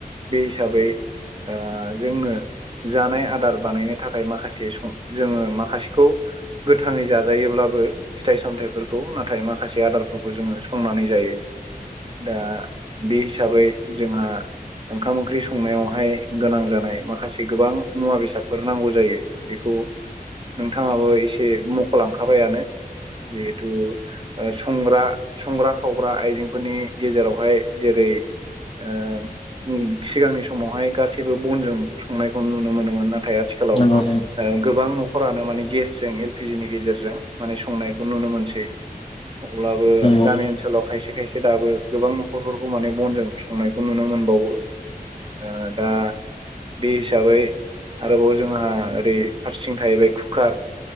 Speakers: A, on the right; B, on the left.
A: बे हिसाबै ओ जोंनो जानाय आदार बानायनो थाखाय माखासे सम जोङो माखासेखौ गोथाङै जाजायोब्लाबो फिथाइ सामथायाइफोरखौ नाथाय माखासे आदारफोरखौ जोङो संनानै जायो दा बे हिसाबै जोंहा ओंखाम ओंख्रि संनायावहाय गोनां जानाय माखासे गोबां मुवा बेसाद फोर नांगौ जायो बेखौ नोंथाङाबो एसे मख'लांखाबायानो जिहेथु संग्रा संग्रा खावग्रा आइजेंफोरनि गेजेरावहाय जेरै ओ सिगांनि समावहाय गासैबो बनजों संनायखौ नुनो मोनोमोन नाथाय आथि खालाव
B: नंगौ नंगौ औ नंगौ
A: गोबां न'खरानो माने गेसजों फिजिनि गेजेरजों माने संनायखौ नुनो मोनसै अब्लाबो
B: नंगौ
A: गामि ओनसोलाव खायसे खायसे दाबो गोबां न'खरफोरखौ माने बनजों संनायखौ नुनो मोनबावो। ओ दा बे हिसाबै आरोबाव जोंहा ओरै फारसेथिं थाहैबाय खुखार